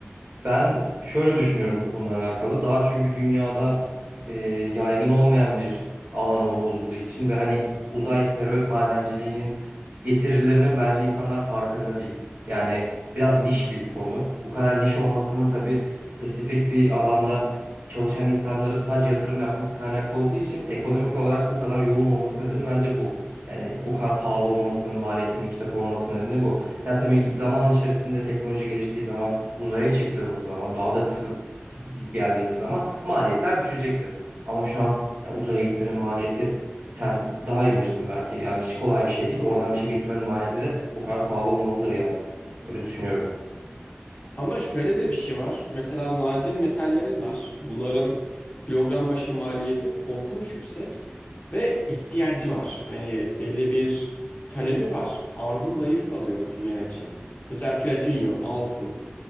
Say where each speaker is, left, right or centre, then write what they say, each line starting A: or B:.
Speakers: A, on the right; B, on the left.
A: ben şöyle düşünüyorum bu konuyla alakalı. Daha çünkü dünyada e, yaygın olmayan bir alan olduğu için ve hani uzay steroid madenciliğinin getirilerinin bence insanlar farkında değil. Yani biraz niş bir konu. Bu kadar niş olmasının tabii spesifik bir alanda çalışan insanların sadece yatırım yapması kaynaklı olduğu için ekonomik olarak bu kadar yoğun olması nedeni bence bu. Yani bu kadar pahalı olmasının, maliyetin yüksek olması nedeni bu. Ya tabii zaman içerisinde teknoloji geliştiği zaman, uzaya çıktığımız zaman, daha da sıkıp gidip geldiğimiz zaman maliyetler düşecektir. Ama şu an ya uzaya gitmenin maliyeti sen daha iyi bilirsin belki. Yani hiç kolay bir şey değil. Oradan bir şey getirmenin maliyeti de bu kadar pahalı olmalıdır yani. Öyle düşünüyorum.
B: Ama şöyle de bir şey var. Mesela nadir metallerin var. Bunların kilogram başı maliyeti korkunç yüksek ve ihtiyacı var. Hani belli bir talebi var. Arzı zayıf kalıyor dünya için. Mesela platinyum, altın,